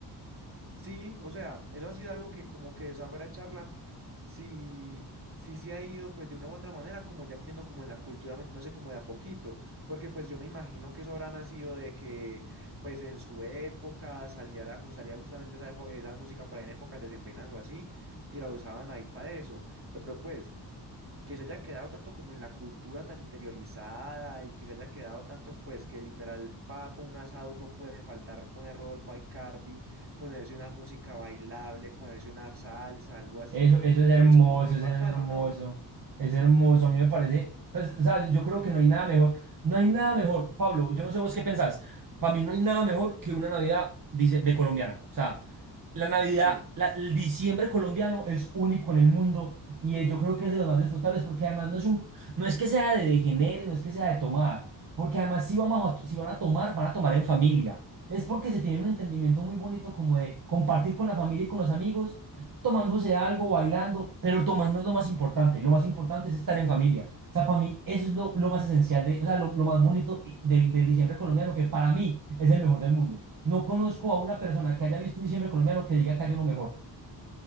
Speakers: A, on the right; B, on the right.
A: Sí, o sea, eso ha sido algo que como que esa fuera de charla, sí, sí se ha ido pues de una u otra manera, como ya metiendo como en la cultura, metiéndose como de a poquito, porque pues yo me imagino que eso habrá nacido de que pues en su época saliera, ju- salía justamente esa época, esa música por ahí en épocas decembrinas o así, y la usaban ahí para eso, pero pues que se haya quedado tanto como en la cultura tan interiorizada y que se haya quedado tanto pues que literal papo un asado no puede faltar poner Rodolfo Aicardi, ponerse una música bailable, ponerse una salsa, algo así,
B: Eso, eso es hermoso,
A: es como muy bacano,
B: eso es hermoso.
A: ¿no?
B: Es hermoso, a mí me parece. Pues, o sea, yo creo que no hay nada mejor. No hay nada mejor, Pablo, yo no sé vos qué pensás. Para mí no hay nada mejor que una Navidad, dice, de colombiana. O sea, la Navidad,
A: Sí.
B: la- el diciembre colombiano es único en el mundo y eh, yo creo que es de los más disfrutables porque además no es un, no es que sea de degenere, no es que sea de tomar, porque además si vamos a, to- si van a tomar, van a tomar en familia. Es porque se tiene un entendimiento muy bonito como de compartir con la familia y con los amigos, tomándose algo, bailando, pero tomar no es lo más importante, lo más importante es estar en familia. O sea, para mí eso es lo, lo más esencial, de, o sea, lo, lo más bonito y- del, del diciembre colombiano que para mí es el mejor del mundo. No conozco a una persona que haya visto un diciembre colombiano que diga que hay uno mejor.